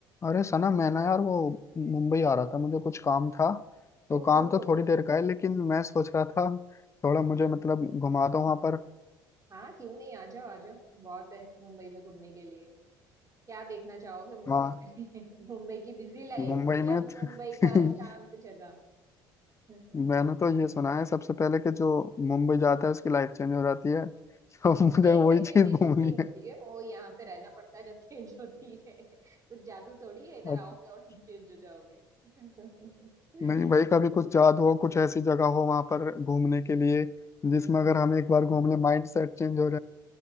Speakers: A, on the left; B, on the right.
A: अरे सना मैं ना यार वो मुंबई आ रहा था मुझे कुछ काम था तो
B: ओहो
A: काम तो थोड़ी देर का है लेकिन मैं सोच रहा था थोड़ा मुझे
B: हाँ
A: मतलब
B: हाँ
A: घुमा दो वहां पर
B: हाँ क्यों नहीं आ जाओ आ जाओ बहुत है मुंबई में घूमने के लिए क्या देखना चाहोगे मुंबई
A: वहाँ
B: में <laughs> मुंबई की बिजी लाइफ
A: मुंबई
B: या
A: में
B: मुंबई
A: <laughs>
B: का शांत जगह <laughs>
A: मैंने तो ये सुना है सबसे पहले कि जो मुंबई जाता है उसकी लाइफ चेंज हो जाती है <laughs> तो मुझे
B: वो एक
A: वही
B: दिन में
A: चीज
B: चेंज
A: घूमनी
B: नहीं होती
A: है
B: है वो यहाँ पे रहना पड़ता है जब चेंज होती है <laughs> कुछ जादू थोड़ी है इधर
A: <laughs>
B: आओगे और तुम चेंज हो जाओगे <laughs>
A: नहीं भाई कभी कुछ याद हो कुछ ऐसी जगह हो वहां पर घूमने के लिए जिसमें
B: घूमने
A: अगर हम एक बार घूम ले माइंड सेट चेंज हो